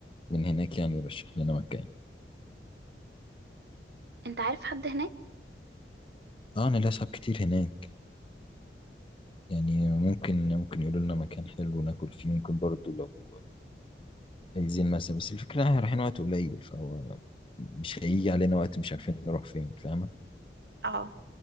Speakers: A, on the left; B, on the right.
A: من هناك يعني يرشح لنا مكان
B: انت عارف حد هناك
A: اه نلاقي صحاب كتير هناك يعني ممكن ممكن يقولوا لنا مكان حلو ناكل فيه ممكن برضو لو عايزين مثلا بس الفكرة احنا رايحين وقت قليل فهو مش هيجي علينا وقت مش عارفين نروح فين فاهمة
B: اه